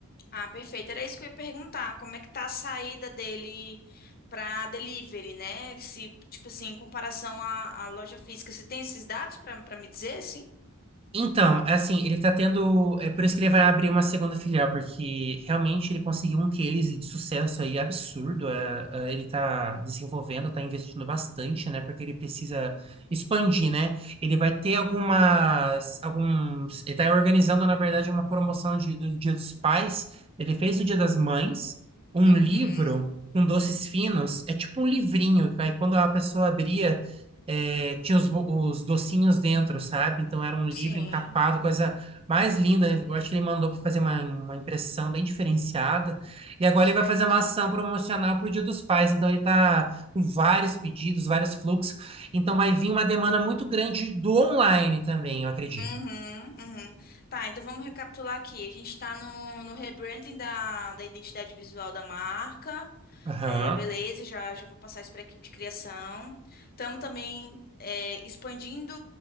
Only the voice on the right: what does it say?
Então, é assim, ele tá tendo. É por isso que ele vai abrir uma segunda filial, porque realmente ele conseguiu um case de sucesso aí absurdo. é, é, ele tá desenvolvendo, tá investindo bastante, né? Porque ele precisa expandir, né? Ele vai ter algumas, alguns. Ele tá organizando, na verdade, uma promoção de- do Dia dos Pais. Ele fez o Dia das Mães, um
livro com doces finos. É tipo um livrinho, aí quando a pessoa abria. É, tinha os, bo- os docinhos dentro, sabe? Então era um livro
encapado, coisa mais linda. Eu acho que ele mandou para fazer uma, uma impressão bem diferenciada. E agora
ele vai fazer uma ação promocional para o Dia dos Pais. Então ele está com vários pedidos, vários fluxos. Então vai vir uma demanda muito grande do online também, eu acredito.
Aham,